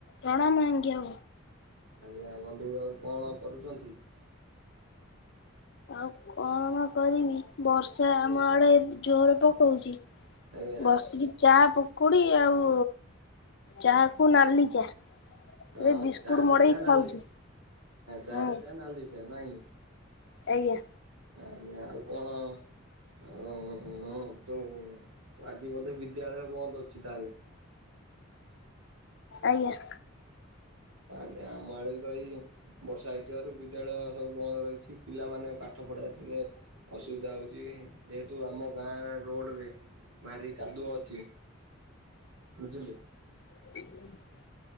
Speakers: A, on the left; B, on the right.
A: ପ୍ରଣାମ ଆଜ୍ଞା।
B: ଆଜ୍ଞା ବନ୍ଧୁ ଆଉ କଣ କରୁଛନ୍ତି?
A: ଆଉ କଣ କରିବି ବର୍ଷା ଆମ ଆଡେ ଜୋର ପକଉଛି।
B: ଆଜ୍ଞା
A: ବସିକି ଚା ପକୋଡି ଆଉ ଚାହା କୁ ନାଲି ଚା। ଏ
B: ହଁ
A: ବିସ୍କୁଟ
B: ଚା
A: ମଡେଇ
B: ରେ ଚା ନାଲି,
A: ଖାଉଛୁ
B: ଚା
A: ହୁଁ
B: ରେ ଚା ନାଲି ଚା ନାଇଁ?
A: ଆଜ୍ଞା।
B: ଆଜ୍ଞା ଆଉ କଣ? ଓ ହଁ ଯୋଉ ଆଜି ବୋଧେ ବିଦ୍ୟାଳୟ ବନ୍ଦ ଅଛି ତାହେଲେ?
A: ଆଜ୍ଞା।
B: ଆମ ଆଡେ ତ ଏୟୀ ବର୍ଷା ହେଇଥିବାରୁ ବିଦ୍ୟାଳୟ ସବୁ ବନ୍ଦ ରହିଛି। ପିଲାମାନେ ପାଠ ପଢାରେ ଟିକେ ଅସୁବିଧା ହଉଛି। ଯେହେତୁ ଆମ ଗାଁ ରୋଡ ରେ ଭାରି କାଦୁଅ ଅଛି। ବୁଝିଲି।
A: <inaudible>